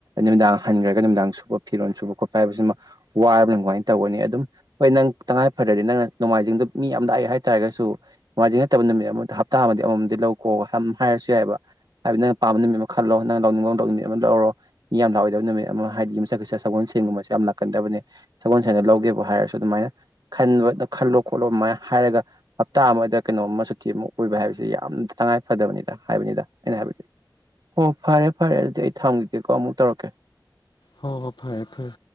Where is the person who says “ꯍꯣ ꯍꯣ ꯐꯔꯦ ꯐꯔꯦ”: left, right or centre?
Left